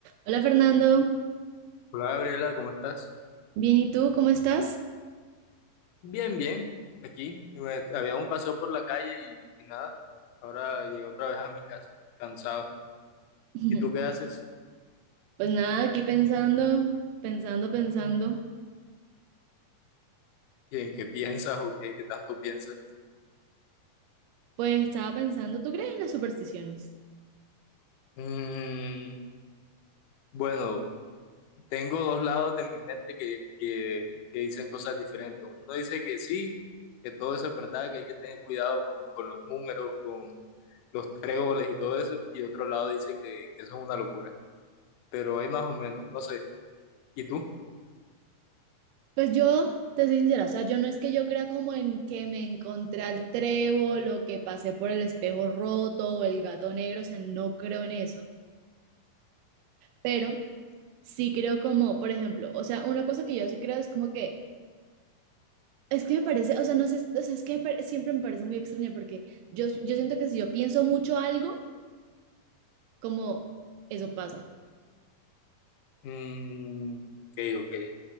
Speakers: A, on the right (about 80°); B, on the left (about 75°).
A: Hola Fernando,
B: Hola Gabriela, ¿cómo estás?
A: bien, ¿y tú cómo estás?
B: Bien, bien. Aquí me- había un paseo por la calle y, y nada. Ahora llegué otra vez a mi casa, cansado.
A: <laughs>
B: ¿Y tú qué haces?
A: Pues nada, aquí pensando, pensando, pensando.
B: ¿Y en qué piensas o qué, qué tanto piensas?
A: Pues estaba pensando, ¿tú crees en las supersticiones?
B: Mm, bueno, tengo dos lados de mi mente que, que, que dicen cosas diferentes. Uno dice que sí, que todo eso es verdad, que hay que tener cuidado con, con los números, con los tréboles y todo eso. Y otro lado dice que, que eso es una locura. Pero hay más o menos, no sé. ¿Y tú?
A: Pues yo, te soy sincera, o sea, yo no es que yo crea como en que me encontré al trébol o que pasé por el espejo roto o el gato negro, o sea, no creo en eso, pero sí creo como, por ejemplo, o sea, una cosa que yo sí creo es como que, es que me parece, o sea, no sé, o sea, es que me pare- siempre me parece muy extraño porque yo, yo siento que si yo pienso mucho algo, como eso pasa.
B: Mm, ok, ok.